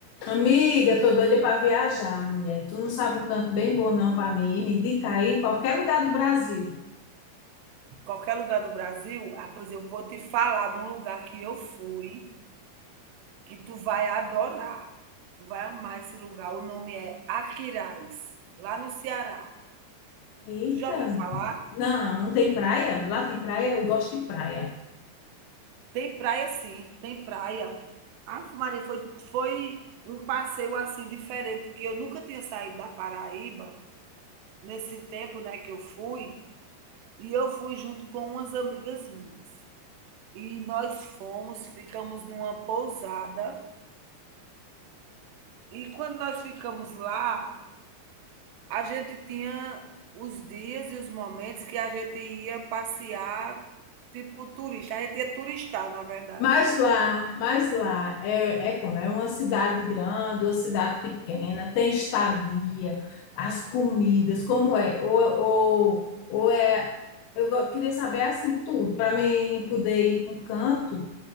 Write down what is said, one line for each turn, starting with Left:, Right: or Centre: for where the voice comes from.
Left: Amiga, tô doida para viajar, mulher. Tu não sabe um canto bem bom não para mim? Me indica aí qualquer lugar do Brasil.
Right: qualquer lugar do Brasil, ah, pois eu vou te falar de um lugar que eu fui, que tu vai adorar. Tu vai amar esse lugar. O nome é Aquiraz, lá no Ceará.
Left: Eita,
Right: Tu já ouviu falar?
Left: não, não tem praia? Lá tem praia, eu gosto de praia.
Right: Tem praia sim, tem praia. Ah, Maria, foi, foi um passeio assim diferente, que eu nunca tinha saído da Paraíba nesse tempo né, que eu fui, e eu fui junto com umas amigas minhas. E nós fomos, ficamos numa pousada E quando nós ficamos lá, a gente tinha os dias e os momentos que a gente ia passear, tipo turista. A gente ia turistar, na verdade.
Left: Mas lá, mas lá é, é como é uma cidade grande, uma cidade pequena, tem estadia, as comidas, como é? Ou, ou, ou é, eu go- queria saber assim tudo para mim poder ir para um canto